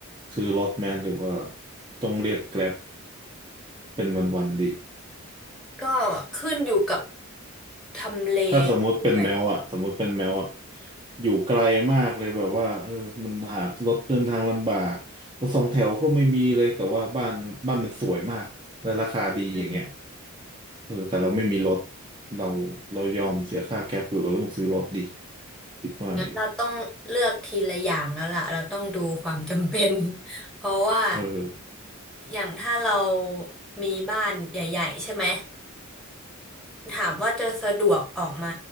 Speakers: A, on the right; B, in the centre.
A: ซื้อรถไหมหรือว่าต้องเรียกแกร็บเป็นวันๆดี
B: ก็ขึ้นอยู่กับทำเล
A: ถ้าสมมุติเป็นแมวอะสมมุติเป็นแมวอะ
B: ด้วย
A: อยู่ไกลมากเลยแบบว่าเออมันหารถเดินทางลำบากรถสองแถวก็ไม่มีเลย แต่ว่าบ้านบ้านมันสวยมาก และราคาดีอย่างเงี้ย
B: อืม
A: เออแต่เราไม่มีรถ เรา เรายอมเสียค่าแก๊ปหรือเราต้องซื้อรถดีคิดว่าไง
B: งั้นเราต้องเลือกทีละอย่างแล้วล่ะเราต้องดูความจำเป็น <laughs> เพราะว่า
A: เออ
B: อย่างถ้าเรามีบ้านใหญ่ๆใช่ไหม ถามว่าจะสะดวกออกมา